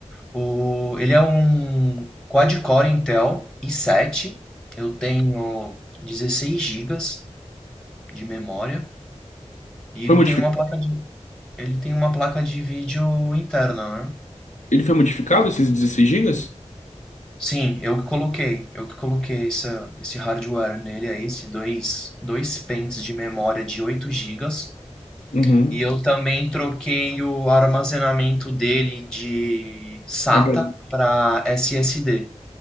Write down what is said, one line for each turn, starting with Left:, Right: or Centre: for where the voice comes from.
Centre: O... Ele é um quad-core Intel i7. Eu tenho 16 gigas de memória. E ele
Left: Foi modifi-
Centre: tem uma placa de... ele tem uma placa de vídeo interna, né?
Left: Ele foi modificado, esses dezesseis gigas?
Centre: Sim, eu que coloquei. Eu que coloquei essa, esse hardware nele aí, esse dois, dois pentes de memória de 8 gigas.
Left: Uhum.
Centre: E eu também troquei o armazenamento dele de SATA
Left: HD.
Centre: para SSD.